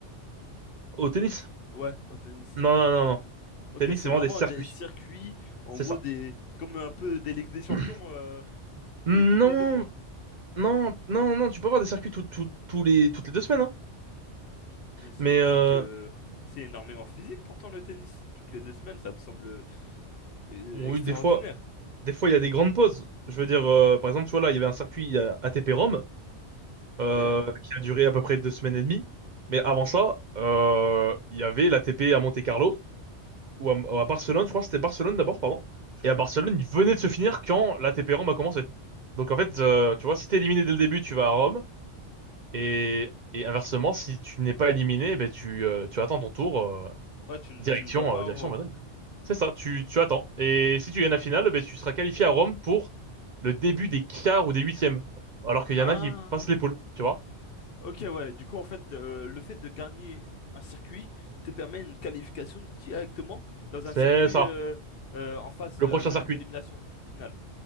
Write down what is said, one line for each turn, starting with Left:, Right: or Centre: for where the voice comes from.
Right: au tennis.
Left: Ouais, au tennis.
Right: Non, non, non, non.
Left: Ok,
Right: Tennis,
Left: c'est
Right: c'est
Left: vraiment
Right: vraiment des circuits.
Left: des circuits, en
Right: C'est
Left: gros,
Right: ça.
Left: des comme un peu des Ligues des Champions
Right: <clears throat>
Left: euh,
Right: Non,
Left: t- tous les deux mois.
Right: non, non, non, tu peux avoir des circuits tout- tout- tous les, toutes les deux semaines, hein.
Left: Tout- Mais c'est
Right: Mais
Left: physique,
Right: euh,
Left: euh, c'est énormément physique pourtant le tennis. Toutes les deux semaines, ça me semble euh,
Right: oui,
Left: extraordinaire.
Right: des fois, des fois, il y a des grandes pauses. Je veux dire, euh, par exemple, tu vois, là, il y avait un circuit euh, ATP Rome
Left: Ok.
Right: euh, qui a duré à peu près deux semaines et demie. Mais avant ça, euh, il y avait l'ATP à Monte-Carlo ou à, ou à Barcelone, je crois que c'était Barcelone d'abord, pardon. Et à Barcelone, il venait de se finir quand l'ATP Rome a commencé. Donc en fait, euh, tu vois, si t'es éliminé dès le début, tu vas à Rome. Et, et inversement, si tu n'es pas éliminé, eh ben tu, euh, tu attends ton tour euh,
Left: Ouais, tu, ne
Right: direction,
Left: tu ne vas pas
Right: euh,
Left: à
Right: direction
Left: Rome.
Right: Madrid. C'est ça, tu, tu attends. Et si tu gagnes la finale, eh ben tu seras qualifié à Rome pour le début des quarts ou des huitièmes. Alors qu'il
Left: Ah.
Right: y en a qui passent les poules, tu vois.
Left: Ok, ouais. Du coup, en fait, euh, le fait de gagner un circuit te permet une qualification directement dans
Right: C'est
Left: un circuit
Right: ça,
Left: euh, euh, en phase
Right: le
Left: de-
Right: prochain circuit.
Left: d'élimination finale.